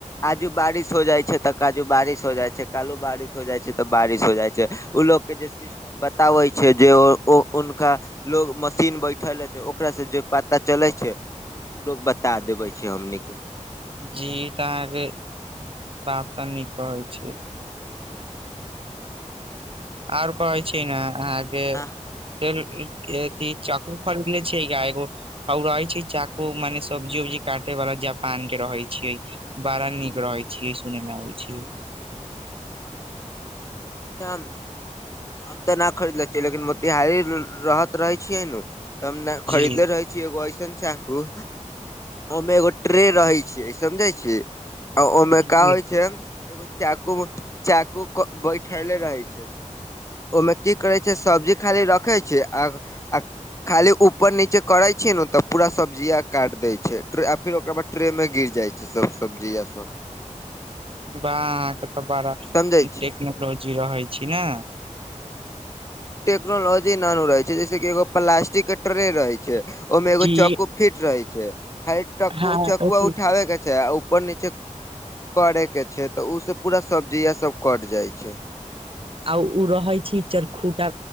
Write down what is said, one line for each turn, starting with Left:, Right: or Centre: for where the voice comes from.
Left: आजू बारिश हो जाइ छै तऽ कालो बारिश हो जाइ छै कालहु बारिश हो जाइ छै तऽ बारिश हो जाइ छै ओ लोकग के जे सिस्टम बताबै छै जे ओ हुनका लोग मशीन बैठल रहे छै ओकरास से जे पता चलै छै लोग बता देवे छै हमनिक के
Right: जी त अहाँ के बात तऽ नीक कहे छी आओर कहै छै ने अहाँक
Left: आ
Right: एथि चाकू खरीदले छिय एगो ह रहै छै चाकू मने सब्जी उब्जी काटे बला जापान के रहै छिय बड़ा नीक रहै छी सुनेमे होइ छी
Left: नहि हम तऽ नहि खरीद ले छियै लेकिन मोतिहारी रहत रहै छियै नु तने
Right: जी
Left: खरीदले रहै। एगो ऐसन चाकू ओमे एगो ट्रे रहै छिय समझे छी आ ओहिमे
Right: जी
Left: का होइ छै। एगो चाकू चाकू बैठले रहे छै। ओहिमे की करै छै। सब्जी खाली रखै छै। आ आ खाली ऊपर नीचे करे छी। न तऽ पूरा सब्जिया काट देय छै। फिर ओकरा बाद ट्रे में गिर जाय छै। ई सभ सब्जी या सभ
Right: बाह अहाँके तऽ बड़ा
Left: समझै छियै
Right: टेक्नोलॉजी रहै छी ने
Left: टेक्नोलॉजी नानू रहे छै। जैसे कि एगो प्लास्टिक के ट्रे रहे छै। ओहिमे एगो
Right: जी
Left: चककू। फिट रहै छै। खालीटकु
Right: हँ
Left: चकुआ
Right: ओथी
Left: उठाबे के छै। आ ऊपर नीचे करे के छै? तऽ ओसँ पूरा सब्जीसभ कटि जाइ छै।
Right: आ ओ रहै छै चरखूटा,